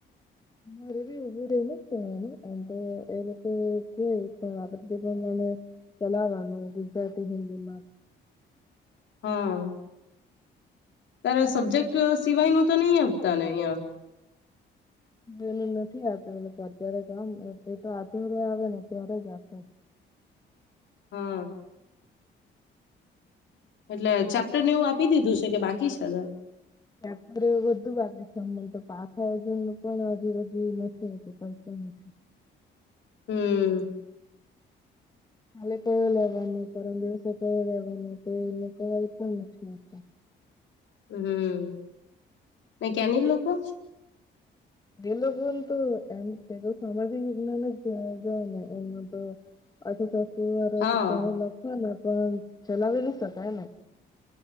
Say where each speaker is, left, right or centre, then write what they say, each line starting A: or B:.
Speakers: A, on the left; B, on the left.
A: અમારે બી ઉભું રહીને જ કેવાનું એમ તો એ લોકો કે પણ આપડે જે પણ મને ચલાવાનું ગુજરાતી, હિન્દીમાં
B: હન, તારા સબ્જેક્ટ
A: એ તો
B: સિવાયનું તો નઈ આપતાને અહિયા?
A: એનું નથી આવત એ તો અત્યારે કામ એ તો આધ્યારે આવે ને અ ત્યારે જ આપે.
B: હા! એટલે ચેપ્ટર ને એવું આપી દીધું છે કે બાકી છે.?
A: ચેપ્ટર એવું બધું બાકી છે અમુન તો પાછળ <unintelligible> પણ હજી લગી નથી થયું કઈ પણ નથી.
B: હમ.
A: કાલે કયો લેવાનો, પરમ દિવસે કયો લેવાનો તો એ લોકો એ પણ નથી મુકતા.
B: હમ, ને
A: એટલે
B: કેની લોકો?
A: એ લોકો ન તો એમ એ તો સામાજિક વિજ્ઞાન જ જાય જાય ને એમને તો આધી
B: હા
A: તેને લખશ ને પણ ચલાવી ન શકાય ને?